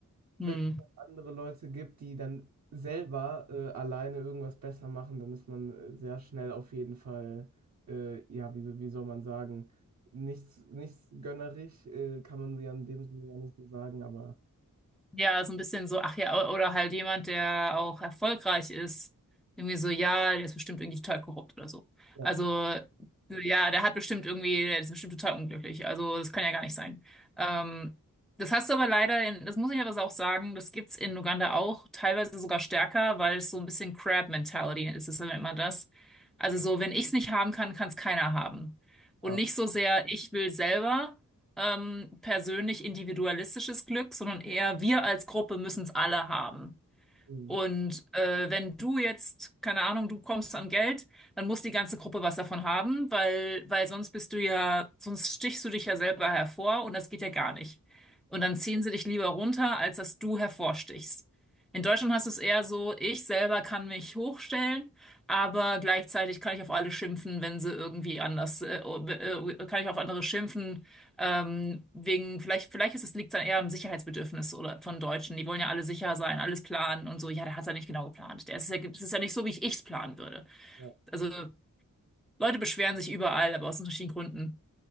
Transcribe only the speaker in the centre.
Hm.
Ja, so ein bisschen so, ach ja, oder halt jemand, der auch erfolgreich ist. Irgendwie so, ja, der ist bestimmt irgendwie total korrupt oder so.
Also, ja, der hat bestimmt irgendwie, der ist bestimmt total unglücklich. Also, das kann ja gar nicht sein. Ähm, das hast du aber leider, in, das muss ich aber auch sagen, das gibt's in Uganda auch, teilweise sogar stärker, weil es so ein bisschen Crab-Mentality ist, das nennt man das. Also so, wenn ich's nicht haben kann, kann's keiner haben. Und
nicht so sehr, ich will selber ähm, persönlich individualistisches Glück, sondern eher wir als Gruppe müssen es alle haben.
Und äh, wenn du jetzt, keine Ahnung, du kommst an Geld, dann muss die ganze Gruppe was davon haben, weil, weil sonst bist du ja, sonst stichst du dich ja selber hervor und das geht ja gar nicht. Und dann ziehen sie dich lieber runter, als dass du hervorstichst. In Deutschland hast du es eher so, ich selber kann mich hochstellen, aber gleichzeitig kann ich auf alle schimpfen, wenn sie irgendwie anders, äh, äh, kann ich auf andere schimpfen, ähm, wegen, vielleicht, vielleicht ist es, liegt es dann eher am Sicherheitsbedürfnis oder von Deutschen. Die wollen ja alle sicher sein, alles planen und so. Ja, der hat es ja nicht genau geplant. Der ist ja, es ist ja nicht so, wie ich es planen würde.
Also Leute beschweren sich überall, aber aus unterschiedlichen Gründen.